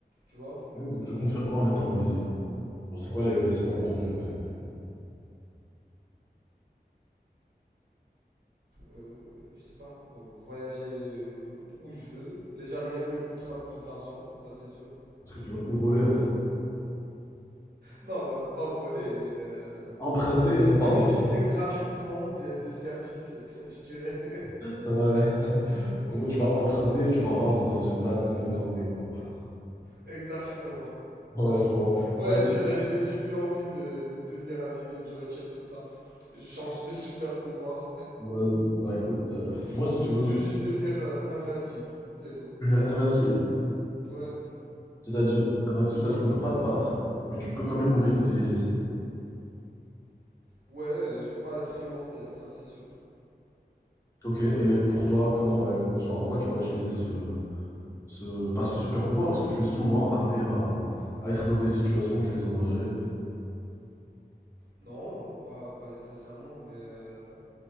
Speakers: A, on the right; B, on the left.
A: Tu vois,
B: Ouais, Donc tu comptes faire quoi en étant invisible? Genre, c'est quoi les, les- c'est quoi le projet en fait?
A: Euh, je sais pas, euh, voyager euh, où je veux. Déjà, rien ne coûtera plus de l'argent, ça c'est sûr.
B: Parce que tu vas tout voler en fait.
A: Non, euh, pas voler, mais euh,
B: Emprunter et ne pas
A: bénéficier
B: rendre.
A: gratuitement des, de services, <laughs> je dirais.
B: <laughs> Ouais. En gros, tu vas emprunter et tu vas rendre dans une date indéterminée, quoi. <laughs>
A: <laughs> Exactement.
B: Ouais, je vois.
A: Ouais,
B: Bah écoute,
A: tu- <laughs> j'ai plus envie de, de devenir invisible. Je retire tout ça. Je change de super pouvoir.
B: vas-y. Bah écoute, euh, moi si tu veux
A: Je veux juste devenir euh, invincible. C'est tout.
B: devenir invincible,
A: Ouais.
B: c'est-à-dire invincible, c'est-à-dire qu'on peut pas te battre, mais tu peux quand même mourir de vieillesse.
A: Ouais, je veux pas être immortel, ça c'est sûr.
B: Ok, et pour toi, comment va être, genre en quoi tu vas utiliser ce, ce, pas ce super pouvoir? Est-ce que tu es souvent amené à, à être dans des situations où tu es en danger?
A: Non, pas, pas nécessairement, mais euh,